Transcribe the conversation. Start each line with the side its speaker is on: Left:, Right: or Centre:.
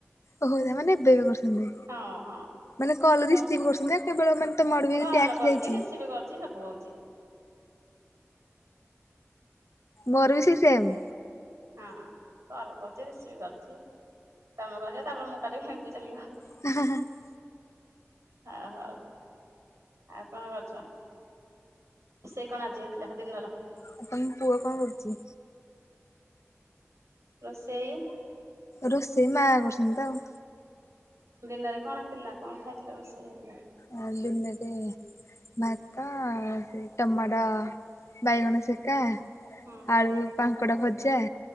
Left: ଓହୋ ତା ମାନେ ଏବେ ଏବେ କରୁଛନ୍ତି
Right: ହଁ ହଁ
Left: ମାନେ କଲ
Right: ତ
Left: ରିସିଭ୍ କରୁଛନ୍ତି। କେବଳ ମାନେ ତମ ଆଡୁକୁ
Right: କଲ
Left: କିଛି ଟ୍ୟାକ୍ସ
Right: କରୁଛି
Left: ଯାଇଛି।
Right: ରିସିଭ୍ କରୁଛି ସବୁ ହଉଛି
Left: ମୋର ବି ସେଇ ସେମ୍।
Right: ହଁ କଲ କହୁଛି ରିସିଭ କରୁଛି ତମେ କରିବ ତାପରେ ମୁଁ କରିବି ଏମିତି ଚାଲିବ।
Left: <unintelligible>
Right: ହଁ ହଉ ଆଉ କଣ କରୁଛ? ରୋଷେଇ କଣ ଆଜି ହେଇଥିଲା ଦିନର।
Left: ଆଉ ତମ ପୁଅ କଁ କରୁଛି?
Right: ରୋଷେଇ।
Left: ରୋଷେଇ ମା କରୁଛନ୍ତି ତ ଆଉ।
Right: ଦିନରେ କଣ ହେଇଥିଲା କଣ ଖାଇଥିଲା ରୋଷେଇ ହେଇଥିଲା।
Left: ଆ ଦିନରେ। ଭାତ ସେ ଟମାଟ ବାଇଗଣ ସେକା।
Right: ହୁଁ
Left: ଆଳୁ କାଙ୍କଡା ଭଜା